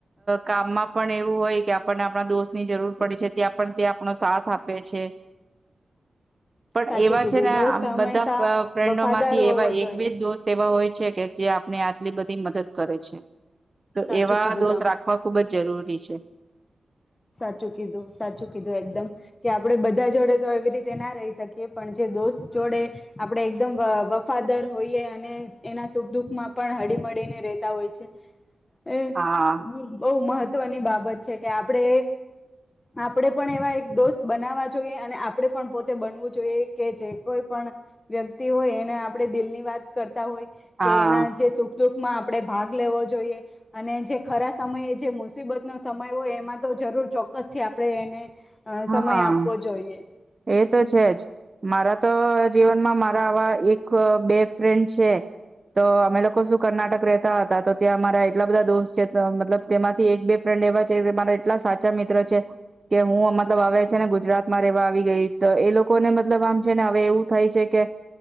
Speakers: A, on the right; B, on the left.
A: કામમાં પણ એવું હોય કે આપણને આપણા દોસ્ત ની જરૂર પડી છે ત્યાં પણ તે આપણો સાથ આપે છે પણ
B: સાચું
A: એવા
B: કીધું
A: છે ને
B: દોસ્ત
A: આમ
B: હંમેશા
A: બધા ફ્રેન્ડો
B: વફાદાર
A: માંથી
B: હોવો
A: એવા
B: જોઈએ
A: એક બેજ દોસ્ત હોય છે કે જે આપણે આટલી બધી મદદ કરે છે તો
B: સાચું
A: એવા
B: કીધું
A: દોસ્ત
B: તમે
A: રાખવા ખુબ જ જરૂરી છે
B: સાચું કીધું સાચું કીધું એકદમ કે આપણે બધા જોડે તો એવી રીતે ના રહી શકીએ પણ જે દોસ્ત જોડે આપણેે એકદમ વફાદાર હોઈએ અને એના સુખ દુઃખમાં પણ હળીમળીને રહેતા હોય છે એ
A: હા
B: બહુ મહ ત્વ ની બાબત છે કે આપણે આપણેે પણ એવા એક દોસ્ત બનાવા જોઈએ અને આપણે પણ પોતે બનવું જોઈએ કે જે કોઈ પણ વ્યક્તિ હોય એને આપણે દિલ ની વાત કર તા હોય
A: હા
B: કે એના જે સુખ દુઃખમાં આપડે ભાગ લેવો જોઈએ અને જે ખરા સમયે જે મુસીબત નો સમય હોય એમાં તો જરૂર ચોક્કસથી આપણે એને હવે સમય
A: હા.
B: આપવો જોઈએ
A: એ તો છે જ મારા તો જીવનમાં મા ત આવા એક બે ફ્રેન્ડ છે તો અમે લોકો શું કર્ણાટક રહેતા હતા તો ત્યાં મારા એટલા બધા દોસ્ત છે મતલબ તેમાંથી એક બે ફ્રેન્ડ એવા છે જે મારાં એટલા સાચા મિત્ર છે કે હું મ તો હવે છે ને ગુજરાતમાં રહેવા આવી એ લોકોને મતલબ આમ છે ને હવે એવું થાય છે કે